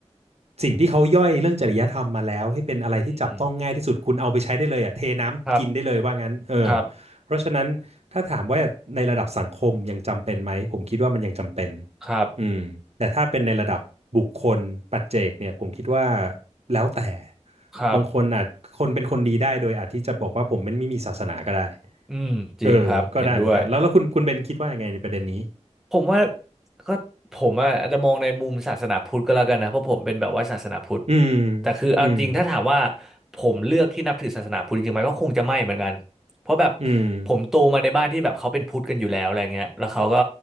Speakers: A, on the right (about 60°); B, in the centre.
A: สิ่งที่เขาย่อยเรื่องจริยธรรมมาแล้วให้เป็นอะไรที่จับต้องง่ายที่สุดคุณเอาไปใช้ได้เลยอ่ะเทน้ำกินได้เลยว่างั้นเออ
B: อืมครับครับ
A: เพราะฉะนั้นถ้าถามว่าในระดับสังคมยังจำเป็นไหมผมคิดว่ามันยังจำเป็น
B: ครับ
A: อืมแต่ถ้าเป็นในระดับบุคคลปัจเจกเนี่ยผมคิดว่าแล้วแต่
B: ครับ
A: บางคนอาจคนเป็นคนดีได้โดยอาจที่จะบอกว่าผมมันไม่มีศาสนาก็ได้
B: อืมจริงครับ
A: เออก็ได้เหมือนกันแล้วแล้วคุณคุณเบนคิดว่ายังไงในประเด็นนี้
B: เห็นด้วย ผมว่าก็ผมอะอาจจะมองในมุมศาสนาพุทธก็แล้วกันนะเพราะผมเป็นแบบว่าศาสนาพุทธ
A: อืม
B: แต่คือเอาจริงถ้าถามว่า
A: อืม
B: ผมเลือกที่นับถือศาสนาพุทธจริงๆไหมก็คงจะไม่เหมือนกันเพราะแบบ
A: อืม
B: ผมโตมาในบ้านที่แบบเขาเป็นพุทธกันอยู่แล้วอะไรเงี้ยแล้วเขาก็